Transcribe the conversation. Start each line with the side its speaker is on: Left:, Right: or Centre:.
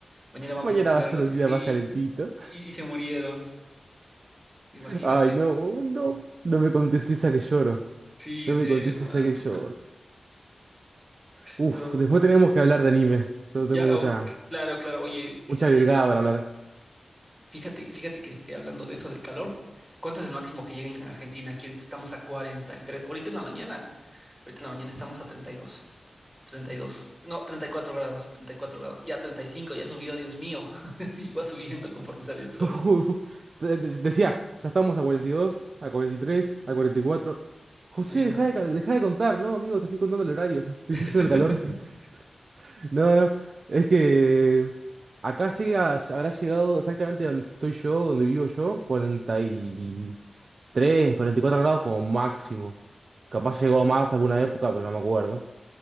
Centre: mañana vamos
Right: Mañana
Centre: a tener
Right: va a ser
Centre: algo de
Right: un
Centre: sí.
Right: día más calentito.
Centre: Y, y se murieron, imagínate.
Right: Ay, no, no, no me contés esa que lloro.
Centre: Sí,
Right: No
Centre: en
Right: me
Centre: serio,
Right: contés
Centre: hermano.
Right: esa que lloro. Uf,
Centre: No.
Right: después tenemos que hablar de anime. Yo tengo
Centre: Ya,
Right: mucha,
Centre: oh, claro, claro. Oye, sí,
Right: mucha
Centre: sí,
Right: virgada
Centre: sí, sí.
Right: para hablar.
Centre: Fíjate, fíjate que esté hablando de eso, del calor. ¿Cuánto es el máximo que llega en Argentina? Aquí ahorita estamos a 43. Ahorita en la mañana. Ahorita en la mañana estamos a treinta treinta y dos, treinta y dos, No, 34 grados. 34 grados. Ya 35, ya subió, Dios mío. <laughs> Y va subiendo conforme sale
Right: <laughs>
Centre: el sol.
Right: De- Decía, ya estamos a 42, a 43, a 44. José,
Centre: Sí,
Right: deja
Centre: ¿no?
Right: de, ca- dejá de contar. No, amigo, te estoy contando el horario. <laughs> Te estoy
Centre: <laughs>
Right: diciendo el calor. <laughs> No, no. Es que acá llega, habrá llegado exactamente donde estoy yo, donde vivo yo, 43, 44 grados como máximo. Capaz llegó más alguna época, pero no me acuerdo.